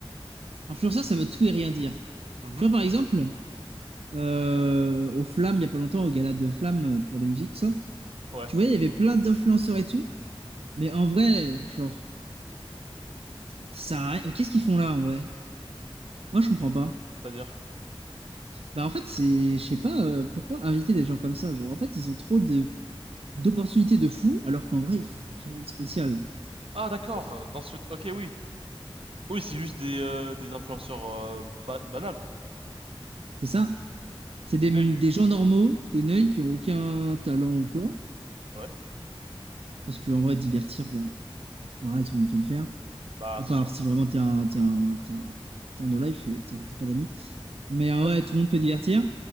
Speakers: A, on the right (about 80°); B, on the right (about 70°).
A: influenceur, ça veut tout et rien dire.
B: Mhm.
A: Tu vois, par exemple, euh, aux Flammes, il y a pas longtemps, au gala de Flammes euh, pour les musiques, tout ça.
B: Ouais.
A: Tu vois, il y avait plein d'influenceurs et tout. Mais en vrai, genre, ça a rien- Qu'est-ce qu'ils font là, en vrai? Moi, je comprends pas.
B: C'est-à-dire?
A: Bah, en fait, c'est. Je sais pas euh, pourquoi inviter des gens comme ça. Genre, en fait, ils ont trop de d'opportunités de fou, alors qu'en vrai, ils font rien de spécial.
B: Ah, d'accord. Dans ce... Ok, oui. Oui, c'est juste des, euh, des influenceurs euh, ba- banals, quoi.
A: C'est ça?
B: C'est
A: C'est des,
B: des neuils.
A: des gens normaux, des neuils qui ont aucun talent ou quoi.
B: Ouais.
A: Parce qu'en vrai, divertir, bah, en tout le monde peut le faire.
B: Bah,
A: À
B: c'est
A: part
B: sûr.
A: si vraiment t'es un, t'es un, t'es un, t'es un no-life et t'es- t'as pas d'amis. Mais euh,
B: <laughs>
A: ouais, tout le monde peut divertir.